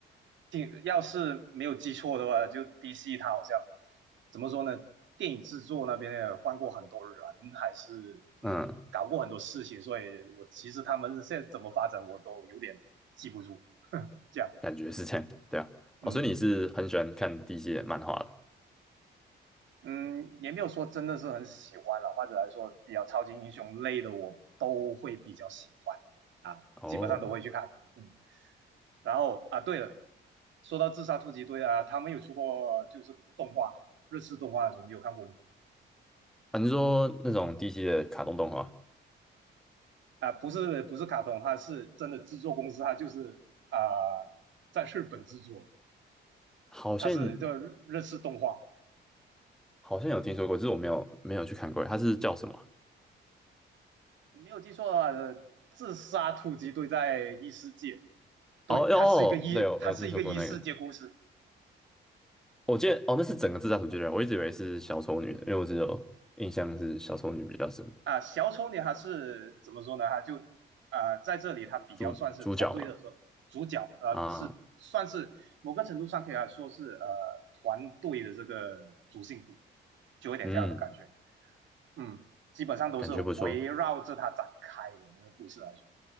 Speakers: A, on the right; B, in the centre.
A: 听，要是没有记错的话，就 DC 他好像怎么说呢？电影制作那边也换过很多人，还是嗯搞过很多事情，
B: 嗯，
A: 所以我其实他们现在怎么发展我都有点记不住。这样，
B: 感觉是这样，对啊。
A: 嗯
B: 哦，所以你是很喜欢看 DC 的漫画的
A: 嗯，也没有说真的是很喜欢了，或者来说比较超级英雄类的我都会比较喜欢啊，
B: 哦？
A: 基本上都会去看。嗯，然后啊，对了，说到自杀突击队啊，他们有出过就是动画，日式动画的时候，你有看过吗？
B: 反正说那种 DC 的卡通动画？
A: 啊、呃不是不是卡通，它是真的制作公司，它就是啊、呃在日本制作
B: 好像
A: 它是叫日日式动画。
B: 好像有听说过，就是我没有没有去看过，它是叫什么啊？
A: 没有记错的话，呃自杀突击队在异世界，对，
B: 哦哟，
A: 它是一个异，
B: 哦对，我我有听说过那个，
A: 它是一个异世界故事
B: 我记得哦，那是整个自杀突击队，我一直以为是小丑女的，因为我只有印象是小丑女比较深，
A: 啊。呃小丑女还是怎么说呢？她就啊、呃在这里她比较算是团队的和主角，
B: 主主角嘛，
A: 啊，
B: 啊，
A: 呃是算是某个程度上可以来说是呃团队的这个主心骨，就有点这样的感觉。
B: 嗯，
A: 嗯，基本上都是围绕着它展开的那个故事来说，
B: 感觉不错。